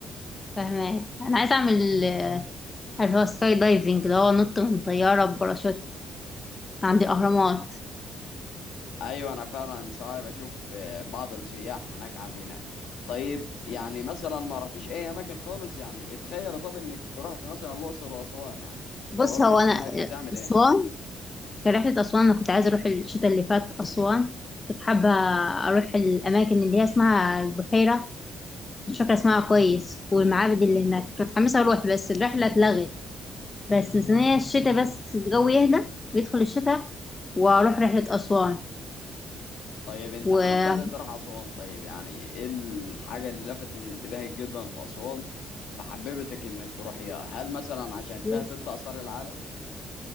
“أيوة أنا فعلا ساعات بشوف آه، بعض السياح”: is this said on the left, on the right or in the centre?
Left